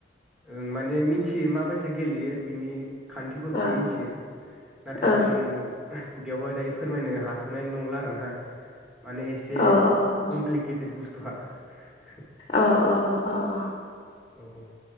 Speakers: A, in the centre; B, on the left (about 30°).
A: ओं माने मिनथियो मा बैसा गेलेयो बिनि खान्थिफोरखौहाय
B: अ
A: मिनथियो नाथाय
B: औ
A: आं बेवहाय दायो फोरमायनो हाथ'नाय नंला आर ना माने एसे
B: अ अ
A: क'मफ्लिकेथेद बुुस <unintelligible>
B: अ अ अ अ
A: अ ह